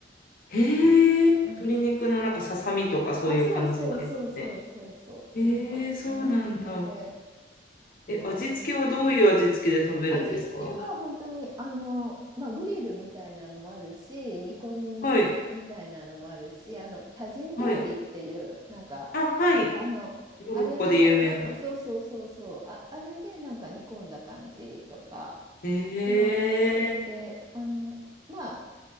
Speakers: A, on the left (about 50°); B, on the right (about 20°).
A: へえ、
B: うん
A: 鶏肉のなんかささみとかそういう感じですかね。
B: あ、そうそうそうそうそうそう。
A: ええ、
B: なんか、
A: そうなんだ。
B: そんな感じで、
A: え、
B: あの、
A: 味付けはどういう味付けで食べるんですか
B: 味付けが本当に、あの、まあ、グリルみたいなのもあるし、煮込みみたいなのもあるし、
A: はい。
B: あの、多人料理っていう、
A: はい。
B: なんか、
A: あ、はい。
B: あの、
A: モロッコで有名な。
B: あれで、なんか、そうそうそうそう、あ、あれで、なんか煮込んだ感じとか、
A: ええ
B: いろんな感じで、あの、まあ、